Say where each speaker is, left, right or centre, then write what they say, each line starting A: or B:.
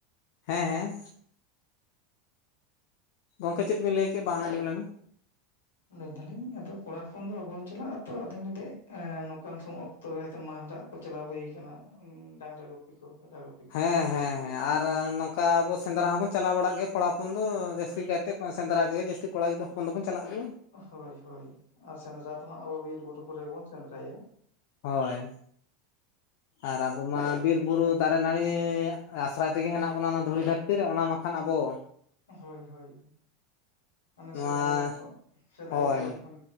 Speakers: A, on the left (about 65°); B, on the left (about 75°).
A: ᱦᱮᱸ ᱦᱮᱸ ᱜᱚᱝᱠᱮ ᱪᱮᱫ ᱵᱤᱱ ᱞᱟᱹᱭ ᱠᱮᱭᱟ ᱵᱟᱝ ᱟᱸᱡᱚᱢ ᱞᱮᱱᱟ?
B: ᱞᱟᱹᱭ ᱫᱟᱞᱤᱧ ᱟᱫᱚ ᱠᱚᱲᱟ ᱦᱚᱯᱚᱱ ᱫᱚ ᱵᱟᱵᱧ ᱪᱟᱞᱟᱜᱼᱟ ᱛᱚ ᱟᱫᱷᱤᱱ ᱞᱫᱷᱮ ᱮᱸ ᱱᱚᱝᱠᱟᱱ ᱥᱚᱢ, ᱚᱠᱛᱚ ᱚᱠᱛᱚ ᱨᱮ ᱦᱚᱭᱛᱚ ᱢᱟᱦᱨᱟᱜ ᱠᱚ ᱪᱟᱞᱟᱣ ᱦᱩᱭ ᱠᱟᱱᱟ ᱰᱟᱝᱨᱟ ᱜᱩᱯ ᱜᱩᱯᱤ ᱠᱚ ᱠᱟᱰᱟ ᱜᱩᱯᱤ ᱠᱚ
A: ᱦᱮᱸ ᱦᱮᱸ ᱦᱮᱸ ᱟᱨ ᱱᱚᱝᱠᱟ ᱟᱵᱚ ᱥᱮᱸᱫᱽᱨᱟ ᱦᱚᱸᱵᱚᱱ ᱪᱟᱞᱟᱣ ᱵᱟᱲᱟᱜ ᱜᱮᱭᱟ ᱠᱚᱲᱟ ᱦᱚᱯᱚᱱ ᱫᱚ ᱡᱟᱹᱥᱛᱤ ᱠᱟᱭᱛᱮ ᱥᱮᱸᱫᱽᱨᱟ ᱜᱮ ᱡᱟᱹᱥᱛᱤ ᱠᱚᱲᱟ ᱜᱤᱫᱽ ᱦᱚᱯᱚᱱ ᱫᱚᱵᱚᱱ ᱪᱟᱞᱟᱜ <unintelligible>
B: ᱦᱳᱭ ᱦᱳᱭ ᱟᱨ ᱥᱮᱸᱫᱽᱨᱟ ᱛᱚ ᱦᱟᱸᱜ ᱟᱵᱚ ᱵᱤᱨ-ᱵᱩᱨᱩ ᱠᱚᱨᱮᱜ ᱵᱚᱱ ᱥᱮᱸᱫᱽᱨᱟᱭᱟ
A: ᱦᱳᱭ ᱟᱨ ᱟᱵᱚ ᱢᱟ ᱵᱤᱨ-ᱵᱩᱨᱩ ᱫᱟᱨᱮ ᱱᱟᱹᱲᱤ ᱟᱥᱨᱟᱭ ᱛᱮᱜᱮ ᱦᱮᱱᱟᱜ ᱵᱚᱱᱟ ᱚᱱᱟ ᱫᱷᱩᱲᱤ ᱫᱷᱟᱹᱨ <unintelligible> ᱨᱮ ᱚᱱᱟ ᱢᱟᱠᱷᱟᱱ ᱟᱵᱚ
B: ᱦᱳᱭ ᱦᱳᱭ ᱢᱟᱱᱮ
A: ᱱᱚᱣᱟ
B: ᱥᱮᱫᱟᱭ ᱦᱟᱯᱲᱟᱢ ᱥᱮᱫᱟᱭ
A: ᱦᱳᱭ
B: ᱵᱤᱫᱟᱹᱞ ᱠᱷᱚᱱ